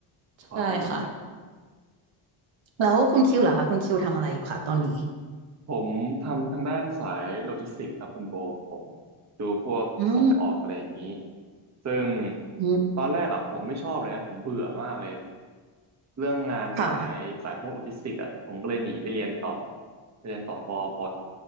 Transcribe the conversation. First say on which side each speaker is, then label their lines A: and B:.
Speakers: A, on the right; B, on the right.
A: ใช่ค่ะ
B: ความรู้ใหม่
A: แล้วคุณคิวเหรอคะคุณคิวทำอะไรอยู่คะตอนนี้
B: ผมทำทางด้านสายโลจิสติกส์ครับคุณโบผมดูพวกส่งออกอะไรอย่างนี้
A: อืม
B: ซึ่ง
A: อืม
B: ตอนแรกอะผมไม่ชอบเลยนะผมเบื่อมากเลยเรื่องงานสายสายพวกโลจิสติกส์อะผมก็เลยหนีไปเรียนต่อ
A: ค่ะ
B: ไปเรียนต่อปอปอโท